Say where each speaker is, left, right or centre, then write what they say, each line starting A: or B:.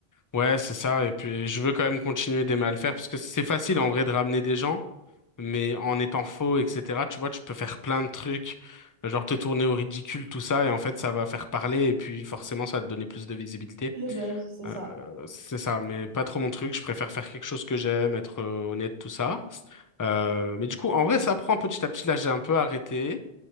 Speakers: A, on the left; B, on the right.
A: Ouais, c'est ça. Et puis, je veux quand même continuer d'aimer à le faire parce que c'est facile en vrai de ramener des gens, mais en étant faux, etc., tu vois, tu peux faire plein de trucs, euh, genre te tourner au ridicule, tout ça, et en fait, ça va faire parler et puis forcément, ça va te donner plus de visibilité.
B: C'est le buzz, c'est ça.
A: Euh, c'est ça, mais pas trop mon truc. Je préfère faire quelque chose que j'aime, être euh, honnête, tout ça. Euh, mais du coup, en vrai, ça prend petit à petit. Là, j'ai un peu arrêté,